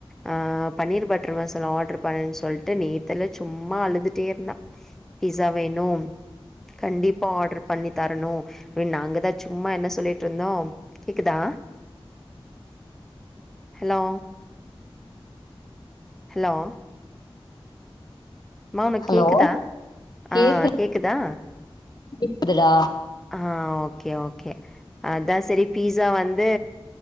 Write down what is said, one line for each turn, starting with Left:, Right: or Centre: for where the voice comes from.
Centre: ஆ பன்னீர் பட்டர் மசாலா ஆர்டரு பண்ணுன்னு சொல்லிட்டு நேத்தெல்லா சும்மா அழுதுட்டே இருந்தா பீஸா வேணும் கண்டிப்பா ஆர்டர் பண்ணி தரணு அப்டின்னு நாங்கதா சும்மா என்ன சொல்லிட்டு இருந்தோ கேக்குதா ஹலோ ஹலோ மாம்
Left: ஹலோ
Centre: கேக்குதா
Left: கேக்கு
Centre: ஆ கேக்குதா
Left: கேக்குதுடா
Centre: ஆ ஓகே ஓகே அதான் சரி பீஸா வந்து